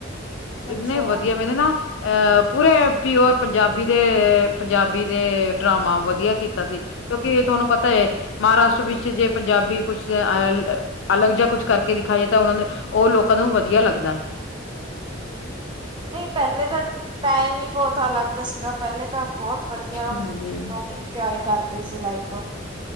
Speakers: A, on the left (about 70°); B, on the right (about 25°).
A: ਇੰਨੇ
B: ਅੱਛਾ।
A: ਵਧੀਆ ਮੈਨੇ ਨਾ ਅਹ ਪੂਰੇ ਪਿਓਰ ਪੰਜਾਬੀ ਦੇ ਪੰਜਾਬੀ ਦੇ ਡਰਾਮਾ ਵਧੀਆ ਕੀਤਾ ਸੀ। ਕਿਉਂਕਿ ਤੁਹਾਨੂੰ ਪਤਾ ਹੈ ਮਹਾਰਾਸ਼ਟਰ ਵਿੱਚ ਜੇ ਪੰਜਾਬੀ ਕੁਛ ਅ ਅਲਗ ਜ ਕੁਛ ਕਰਕੇ ਦਿਖਾਾਏ ਉਹਨਾਂ ਦੇ ਉਹ ਲੋਕਾਂ ਨੂੰ ਵਧੀਆ ਲੱਗਦਾ ਹੈ।
B: ਨਹੀਂ ਪਹਿਲੇ ਤਾਂ ਟਾਈਮ ਹੀ ਬਹੁਤ ਅਲੱਗ ਸੀਗਾ ਪਹਿਲੇ ਤਾਂ ਬਹੁਤ ਵਧੀਆ ਲੋਕ
A: ਹਾਂਜੀ
B: ਇੰਜੋਏ ਕਰਦੇ ਸੀ ਲਾਈਫ